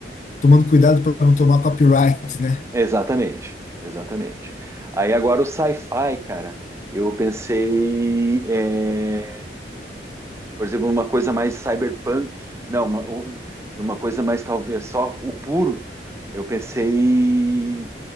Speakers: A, on the left; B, on the right.
A: tomando cuidado para não tomar copyright, né?
B: exatamente, exatamente. Aí agora o sci-fi, cara, eu pensei é, Por exemplo, uma coisa mais cyberpunk, não, uma, um- uma coisa mais talvez só o puro. Eu pensei,